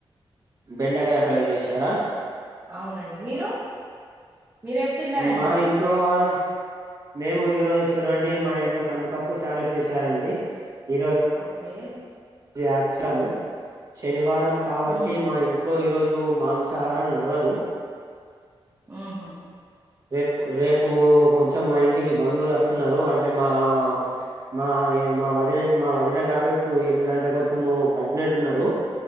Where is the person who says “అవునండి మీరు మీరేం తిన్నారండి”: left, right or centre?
Right